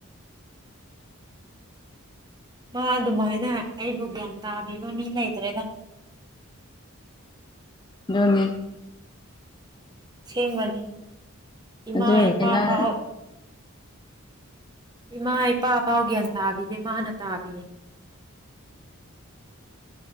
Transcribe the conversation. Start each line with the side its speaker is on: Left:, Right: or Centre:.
Right: ꯃꯥ ꯑꯗꯨꯃꯥꯏꯅ ꯑꯩꯕꯨ ꯒ꯭ꯌꯥꯟ ꯇꯥꯕꯤꯕ ꯃꯤ ꯂꯩꯇ꯭ꯔꯦꯗ <inaudible>
Left: ꯌꯅꯤ <unintelligible>
Right: ꯁꯦꯡꯕꯅꯤ ꯏꯃꯥ
Left: ꯑꯗꯨꯏꯅꯦ
Right: ꯏꯄꯥ
Left: ꯅꯪ
Right: ꯐꯥꯎ ꯏꯃꯥ ꯏꯄꯥ ꯐꯥꯎ ꯒ꯭ꯌꯥꯟ ꯇꯥꯕꯤꯗꯦ ꯃꯥꯅ ꯇꯥꯕꯤꯔꯦ